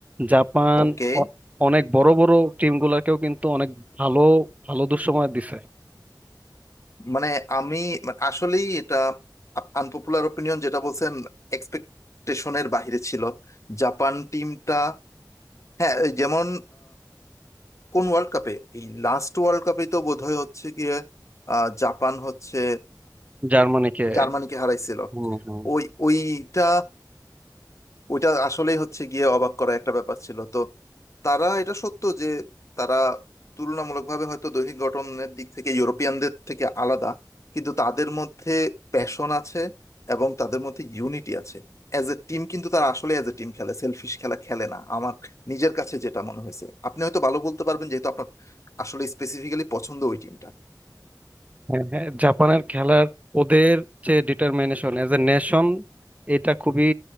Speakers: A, on the right; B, on the left.
A: জাপান
B: ওকে
A: অ- অনেক বড় বড় টিম গুলাকেও কিন্তু অনেক ভালো ভালো দুঃসময় দিছে
B: মানে আমি মানে আসলেই এটা আনপপুলার ওপিনিয়ন যেটা বলছেন এক্সপেক্টেশনের বাইরে ছিল জাপান টিমটা হ্যাঁ এই যেমন কোন ওয়ার্ল্ড কাপে এই লাস্ট ওয়ার্ল্ড কাপে তো বোধহয় হচ্ছে গিয়ে আহ, জাপান হচ্ছে
A: জার্মানিকে
B: জার্মানিকে হারাইছিল
A: হম
B: ওই ওইটা ওইটা আসলেই হচ্ছে গিয়ে অবাক করা একটা ব্যাপার ছিল তো তারা এটা সত্য যে তারা তুলনামূলকভাবে হয়তো দৈহিক গঠনের দিক থেকে ইউরোপিয়ানদের থেকে আলাদা কিন্তু তাদের মধ্যে প্যাশন আছে এবং তাদের মধ্যে ইউনিটি আছে অ্যাজ এ টিম কিন্তু তারা আসলে অ্যাজ এ টিম খেলে সেলফিশ খেলা খেলে না আমার নিজের কাছে যেটা মনে হয়েছে আপনি হয়তো ভালো বলতে পারবেন যেহেতু আপনার আসলে স্পেসিফিক্যালি পছন্দ ওই টিমটা
A: হ্যাঁ হ্যাঁ জাপানের খেলার ওদের যে ডিটারমিনেশন এজ এ নেশন এটা খুবই